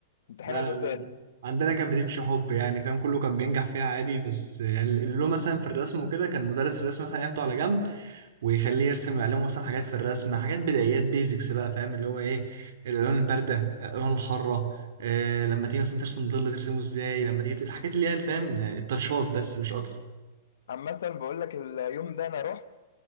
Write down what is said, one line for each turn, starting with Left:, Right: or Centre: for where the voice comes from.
Left: امتحانها
Right: لا
Left: دور تاني
Right: عندنا كانت بتمشي حب يعني فاهم كله كان بينجح فيها عادي بس يعني اللي له مثلا في الرسم وكده كان مدرس الرسم مثلا ياخده على جنب ويخليه يرسم عليهم مثلا حاجات في الرسم حاجات بدايات بيزكس بقى فاهم اللي هو ايه الالوان البارده الالوان الحاره آه لما تيجي مثلا ترسم ظل ترسمه ازاي لما تيجي ت- الحاجات اللي هي الفهم يعني التاتشات بس مش اكتر
Left: عامة بقول لك اليوم ده انا رحت